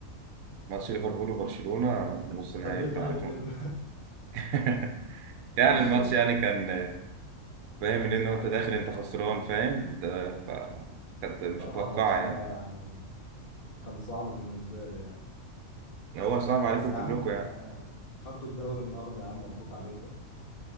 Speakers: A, on the right; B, on the left.
A: ماتش ليفربول وبرشلونة نص نهائي
B: طب ليه
A: بتاع
B: طيب
A: 2000
B: كده
A: <laughs> يعني
B: <laughs>
A: الماتش يعني كان فاهم ان انت
B: يا عم
A: داخل
B: ماشي
A: انت
B: يا
A: خسران
B: عم
A: فاهم انت ف كانت مش
B: صراحة
A: متوقعة
B: الماتش ده
A: يعني
B: يعني كان صعب بالنسبة لي يعني
A: هو صعب عليكم
B: بس يا
A: كلكم
B: عم آه،
A: يعني
B: خدتوا الدوري النهارده يا عم مبروك عليكم